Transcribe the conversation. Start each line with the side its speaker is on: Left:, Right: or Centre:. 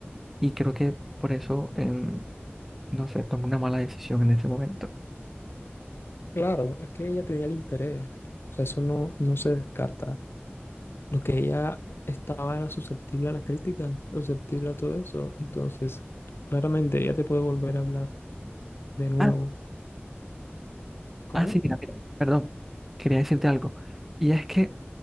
Centre: Y creo que por eso, em, no sé, tomé una mala decisión en ese momento.
Left: Claro, es que ella tenía el interés. O sea, eso no, no se descarta. Lo que ella estaba era susceptible a la crítica, susceptible a todo eso. Entonces, claramente ella te puede volver a hablar de nuevo.
Centre: Ah,
Left: ¿Cómo?
Centre: ah, sí, mira, mira, perdón. Quería decirte algo. Y es que